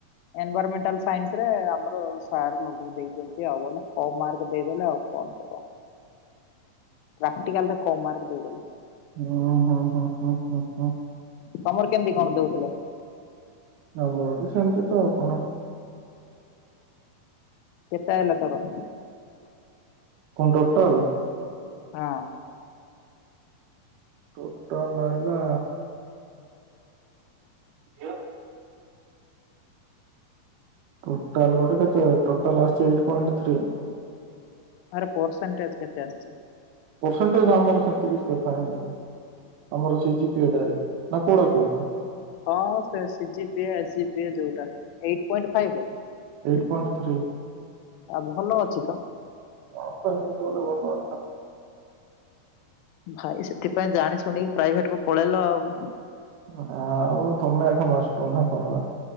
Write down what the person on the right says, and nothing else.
ଓ ହଁ ହଁ ହଁ ହଁ ହଁ।
ଆମର ବି ସେମତି ତ ଆଉ କଣ।
କନଣ୍ ଟୋଟଲ
ଟୋଟାଲ ଆଇଲା ଯେଉ ଟୋଟାଲ ଗୋଟେ କେତେ ଟୋଟାଲ ଆସିଛି ଏଇ ପଣ୍ଟ ଥ୍ରୀ।
ପରସେଣ୍ଟେଜ ଆମର ସେମତି କି ଦେଖାହେଇନି। ଆମର ସେଇ ଜିପିଆଡ ରେ ନା କୋଉଡା କହୁଛୁ।
eight
point three.
ହଁ ତ ହେଇତ ବୋଲେ ଭଲ।
ହଁ ଆଉ ତମେ ଏକା ମାଷ୍ଟ୍ର ନା କଣ?